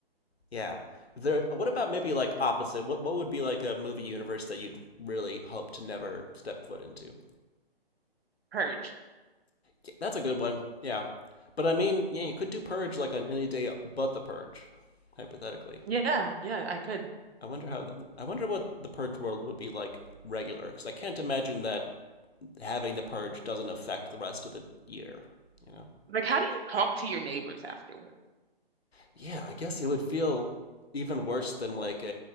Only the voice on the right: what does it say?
Purge.
Yeah, yeah, I could.
Like, how do you talk to your neighbors afterwards?